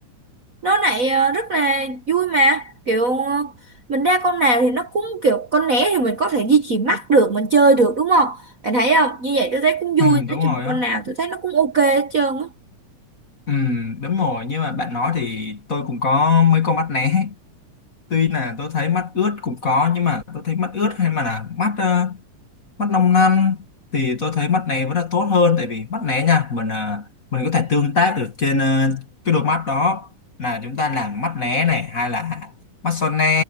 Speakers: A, on the right; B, on the left.
A: nó lại ờ, rất là vui mà kiểu ờ, mình ra con nào thì nó cũng kiểu con né thì mình có thể duy trì mắt được mình chơi được đúng không bạn thấy không như vậy tôi thấy cũng
B: Ừ,
A: vui nói
B: đúng rồi
A: chung con
B: á
A: nào tôi thấy nó cũng ok hết trơn á
B: ừ, đúng rồi nhưng mà bạn nói thì tôi cũng có mấy con mắt né tuy là tôi thấy mắt ướt cũng có nhưng mà tôi thấy mắt ướt hay mà là mắt mắt 5 năm thì tôi thấy mắt này vẫn là tốt hơn tại vì mắt né nha mình à, mình có thể tương tác được trên ờ, cái đôi mắt đó là chúng ta làm mắt né này hay là mắt son ne